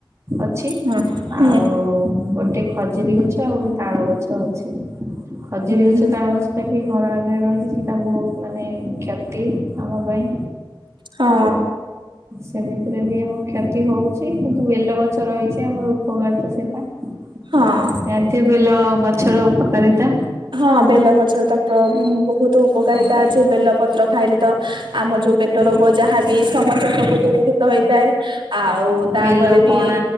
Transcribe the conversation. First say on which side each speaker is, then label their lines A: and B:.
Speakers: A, on the right; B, on the right.
A: ଅଛି।
B: ହଁ ହୁଁ
A: ଆଉ ଗୋଟେ ଖଜୁରୀ ଗଛ ଆଉ ଗୋଟେ ତାଳ ଗଛ ଅଛି ଖଜୁରୀ
B: ହୁଁ
A: ଗଛ
B: ହୁଁ
A: ତାଳ ଗଛ୍ ସେଇଟା ବି ଘର ଆଗରେ ରହିଚି ସେଇଟା ବହୁତ୍ ମାନେ କ୍ଷତି ଆମ ପାଇଁ।
B: ହଁ
A: ତ ସେମିତିରେ ବି ଆମ କ୍ଷତି ହଉ ଚି, କିନ୍ତୁ ବେଲ ଗଛ ରହିଚି ଆମର ଉପକାରିତା ସେଟା।
B: ହଁ।
A: ସେ ବେଲ ଗଛର ଉପକାରିତା
B: ହଁ ବେଲଗଛରେ ତ ପ ବହୁତ୍ ଉପକାରିତା
A: ଆଜ୍ଞା
B: ଅଛି ବେଲ ପତ୍ର ଖାଇଲେ ତା ଆମ ଯୋଉ ପେଟ
A: ଆଜ୍ଞା
B: ରୋଗ ଯାହାବି ସମସ୍ୟା ସବୁ ଦୂରୀଭୂତ ହେଇଥାଏ। ଆଉ ତାପରେ
A: ବେଲ
B: ବି
A: ପଣା